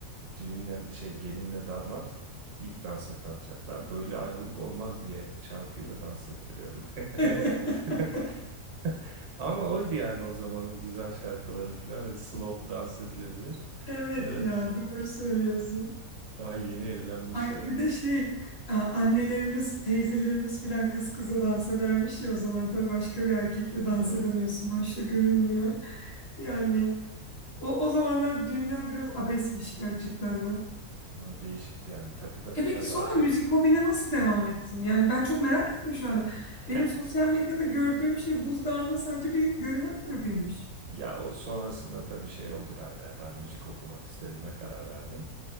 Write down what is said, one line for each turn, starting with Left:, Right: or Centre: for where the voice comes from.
Right: düğünle şey gelinle damat ilk dansa kalkacaklar. Böyle ayrılık olmaz diye şarkıyla dans ettiriyorduk.
Left: <laughs>
Right: <laughs> Ama oydu yani o zamanın güzel şarkıları falan. Hani slow dans edilebilir.
Left: Evet
Right: Öyle
Left: ya doğru söylüyorsun.
Right: daha yeni evlenmişlere.
Left: Ay bir de şey a- annelerimiz, teyzelerimiz filan kız kıza dans edermiş ya o zaman tabii başka bir erkekle dans
Right: Doğru.
Left: edemiyorsun. Hoş da görülmüyor. Yani o, o zamanlar düğünler biraz abesmiş gerçekten de.
Right: Valla değişikti yani. Takıda falan
Left: E peki sonra
Right: rahat
Left: müzik
Right: ediyorduk.
Left: hobine nasıl devam ettin? Yani ben çok merak ettim şu anda. Benim
Right: <laughs>
Left: sosyal medyada gördüğüm şey buzdağının sadece bir görünen tarafıymış.
Right: Ya o sonrasında tabii şey oldu bende. ya. Ben müzik okumak istediğime karar verdim.